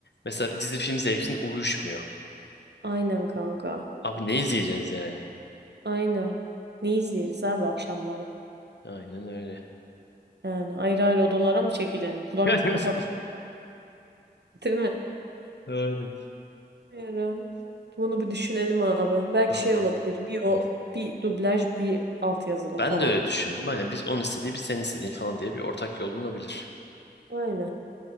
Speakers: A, on the left; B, on the right.
A: mesela dizi film zevkin uyuşmuyor.
B: aynen kanka.
A: Abi ne izleyeceğiz yani?
B: Aynen. Ne izleriz abi akşamları?
A: Aynen öyle.
B: Yani ayrı ayrı odalara mı çekilelim? Kulaklık
A: <laughs>
B: mı takalım? <laughs> Değil mi?
A: Öyle.
B: Bilmiyorum. Bunu bir düşünelim abi. Belki
A: Anladım.
B: şey olabilir. Bir o,
A: Hı.
B: bir dublaj, bir altyazılı
A: Ben
B: falan.
A: de öyle düşündüm. Hani biz onun istediği biz senin istediğin falan diye bir ortak yol bulunabilir.
B: Aynen.